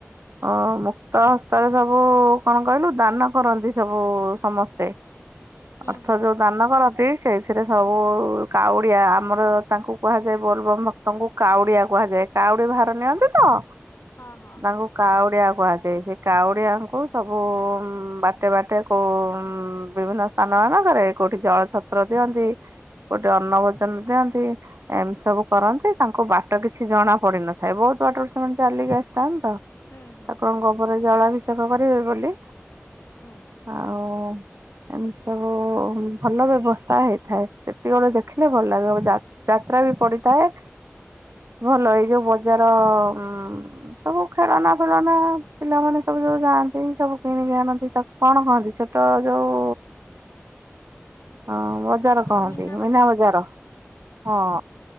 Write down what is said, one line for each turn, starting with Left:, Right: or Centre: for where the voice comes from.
Right: ହ ମୁକ୍ତ ହସ୍ତରେ ସବୁ କଣ କହିଲୁ ଦାନ କରନ୍ତି ସବୁ ସମସ୍ତେ
Left: ହୁଁ
Right: ଅର୍ଥ
Left: ହୁଁ
Right: ଯୋଉ ଦାନ କରନ୍ତି ସେଇଥିରେ ସବୁ କାଉଡ଼ିଆ ଆମର ତାଙ୍କୁ କୁହାଯାଏ ବୋଲବମ ଭକ୍ତଙ୍କୁ କାଉଡ଼ିଆ କୁହାଯାଏ କାଉଡ଼ିଆ ଭାର ନିଅନ୍ତି ହଁ
Left: ହଁ ହଁ
Right: ତାଙ୍କୁ କାଉଡିଆ କୁହାଯାଏ ସେ କାଉଡିଆଙ୍କୁ ସବୁ ବାଟେ ବାଟେ କେଉ ବିଭିନ୍ନ ସ୍ଥାନ ମାନଙ୍କରେ କଉଠି ଜଳଛତ୍ର ଦିଅନ୍ତି କଉଠି ଅନ୍ନ ଭୋଜନ ଦିଅନ୍ତି ଏମିତି ସବୁ କରନ୍ତି ତାଙ୍କୁ ବାଟ କିଛି ଜଣା ପଡି ନଥାଏ ବହୁତ ବାଟରୁ ସେମାନେ ଚାଲିକି ଆସିଥାନ୍ତି ତ
Left: ହୁଁ ହୁଁ
Right: ଠାକୁରଙ୍କ ଉପରେ ଜଳାଭିଷେକ କରିବେ ବୋଲି
Left: ହଁ
Right: ଆଉ ଏମିତି ସବୁ ଭଲ ବ୍ୟବସ୍ଥା ହେଇଥାଏ ସେ। ସେତିକି ବେଳେ ଦେଖିଲେ ଭଲ ଲାଗିବ ଯା ଯାତ୍ରା ବି ପଡିଥାଏ। ଭଲ ଏଇ ଯୋଉ ବଜାର ଉଁ। ସବୁ ଖେଳନା ଫେଳନା ପିଲାମାନେ ସବୁ ଯୋଉ ଯାଆନ୍ତି ସବୁ କିଣିକି ଆଣନ୍ତି ତାକୁ। କଣ କହନ୍ତି ଛୋଟ ଯୋଉ ହଁ ବଜାର
Left: ଆମର
Right: କହନ୍ତି
Left: ମୀନା
Right: ମିନା ବଜାର ହଁ।